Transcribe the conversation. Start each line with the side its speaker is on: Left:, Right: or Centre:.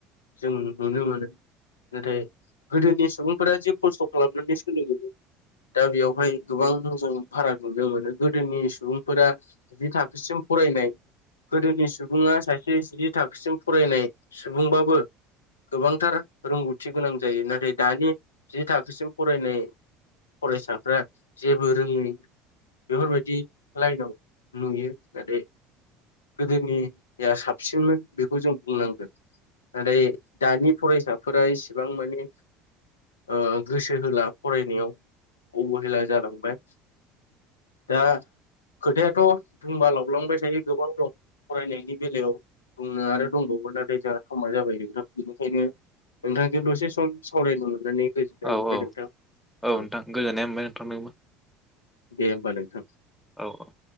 Left: जों नुनो मोनो नाथाय गोदोनि सुबुंफोरा जि खस्थ' खालामनानै सोलिबोयो दा बेयावहाय गोबां जों फाराग नुनो मोनो। गोदोनि सुबुंफोरा जि थाखोसिम फरायनाय, गोदोनि सुबुङा सासे जि थाखोसिम फरायनाय सुबुंबाबो गोबांथार रोंगौथि गोनां जायो। नाथाय दानि जि थाखोसिम फरायनाय फरायसाफ्रा जेबो रोङै बेफोरबायदि लाइनाव नुयो नाथाय गोदोनिया साबसिनमोन बेखौ जों बुंनांगोन नाथाय दानि फरायसाफोरा इसेबां माने ओ गोसो होला फरायनायाव अबहेला जालांबाय। दा खोथायाथ' बुंबा लावलांबाय थायो गोबां दं फरायनायनि बेलायाव बुंनो आरो दंबावो नाथाय जोंहा समा जाबाय नोंथां बेनिखायनो नोंथांखौ दसे सम सावरायनो मोननानै गोजोननाय
Centre: औ
Left: मोनबाय
Centre: औ
Left: नोंथां
Centre: औ
Left: ओ
Centre: नोंथां गोजोननाय मोनबाय नोंथांदोंबो।
Left: दे होनबा नोंथां।
Centre: औ औ